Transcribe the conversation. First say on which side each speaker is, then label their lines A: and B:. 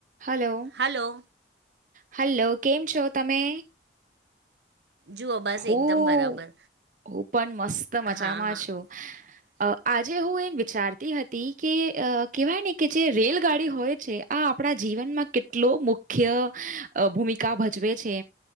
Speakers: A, on the right (about 45°); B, on the right (about 70°).
A: હલો
B: હલો
A: હલો કેમ છો તમે.
B: જુઓ બસ
A: હું
B: એકદમ બરાબર
A: હું પણ મસ્ત મજામાં
B: હા
A: છું.
B: <unintelligible>
A: અ આજે હું એમ વિચાર તી હતી કે અ કેહેવાય ને કે જે રેલગાડી હોય છે. આ આપણા જીવનમાં કેટલો મુખ્ય અ ભૂમિકા ભજવે છે.